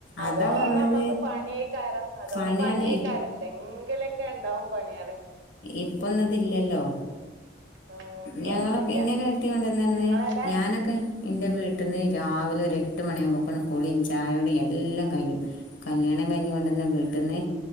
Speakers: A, on the right (about 70°); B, on the left (about 85°).
A: അതോളമ്മക്ക്
B: അതാ പറഞ്ഞത്
A: ക്കെ പണ്യെയ്ക്കാരം അതോളം
B: പണിയാണ്
A: പണ്യെയ്ക്കാരം
B: ഇ
A: ന്തെങ്കിലാെക്കെണ്ടാവും പണ്യേള്
B: ഇപ്പൊന്നുത് ഇല്ല്യല്ലോ
A: ഉം ഇപ്പൊന്നുല്ല
B: ഞങ്ങളൊക്കെ ഇന്നൊക്കെ കെട്ടി കൊണ്ടര്ണന്ന്
A: ഞങ്ങളൊക്കെ
B: ഞാനൊക്കെ ഇന്റെ വീട്ട്ന്ന് രാവ്‌ലെ ഒര് എട്ട് മണ്യാവുമ്പോക്ക്ണ് കുളിം ച് ചായുടിം എല്ലം കയ്യും കല്യാണം കയ്ഞ്ഞ് കൊണ്ടര്ണ വ് പെട്ടെന്ന്